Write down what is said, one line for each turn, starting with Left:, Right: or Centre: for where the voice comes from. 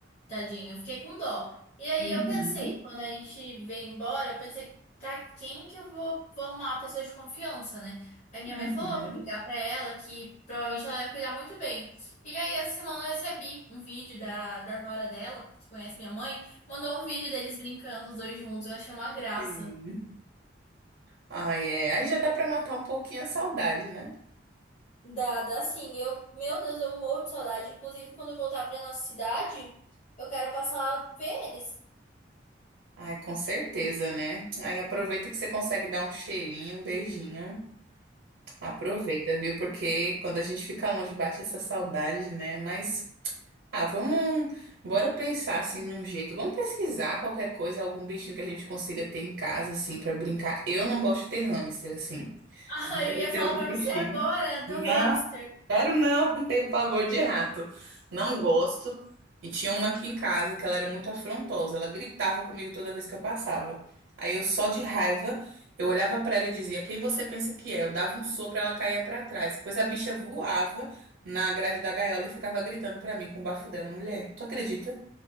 Left: Tadinho, eu fiquei com dó. E aí
Right: Uhum,
Left: eu pensei, quando a gente veio embora, eu pensei, pra quem que eu vou, vou arrumar uma pessoa de confiança, né? Aí minha
Right: uhum,
Left: mãe falou pra ligar pra ela que provavelmente ela ia cuidar muito bem. E aí essa semana eu recebi um vídeo da, da nora dela, que conhece minha mãe, mandou um vídeo deles brincando os dois juntos. Eu achei uma graça.
Right: sim. Ai, é. Aí já dá pra matar um pouquinho a saudade, né?
Left: Dá, dá sim. Eu, meu Deus, eu morro de saudade. Inclusive, quando eu voltar pra nossa cidade, eu quero passar a ver eles. <laughs>
Right: Ai, com certeza, né? Aí aproveita que você consegue dar um cheirinho, um beijinho. Aproveita, viu? Porque quando a gente fica longe, bate essa saudade, né? Mas, ah, vamos. Bora pensar assim num jeito. Vamos pesquisar qualquer coisa, algum bichinho que a gente consiga ter em casa, assim, pra brincar. Eu não gosto de ter hamster, assim.
Left: Ah,
Right: Deve
Left: eu ia
Right: ter
Left: falar
Right: algum
Left: pra
Right: bichinho.
Left: você agora do
Right: Não,
Left: hamster.
Right: quero não, <laughs> tenho pavor de rato. Não gosto. E tinha uma aqui em casa que ela era muito afrontosa. Ela gritava comigo toda vez que eu passava. Aí eu só de raiva, eu olhava pra ela e dizia: "Quem você pensa que é?" Eu dava um sopro, ela caía pra trás. Pois a bicha voava na grade da gaiola e ficava gritando pra mim com o bafo dela, mulher. Tu acredita?